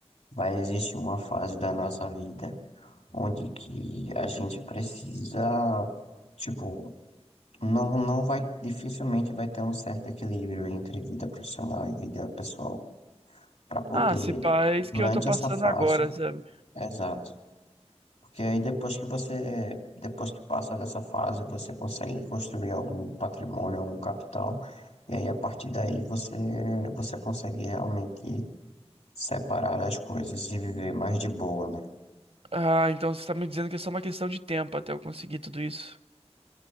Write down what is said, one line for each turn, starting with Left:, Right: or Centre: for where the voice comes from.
Left: vai existir uma fase da nossa vida onde que a gente precisa, tipo, não, não vai, dificilmente vai ter um certo equilíbrio entre vida profissional e vida pessoal, para poder,
Right: Ah, se pá, é
Left: durante
Right: isso que eu tô passando
Left: essa fase,
Right: agora, sabe?
Left: exato Porque aí depois que você, depois que passa dessa fase, você consegue construir algum patrimônio, algum capital, e aí a partir daí você, você consegue realmente separar as coisas e viver mais de boa, né?
Right: Ah, então você está me dizendo que é só uma questão de tempo até eu conseguir tudo isso.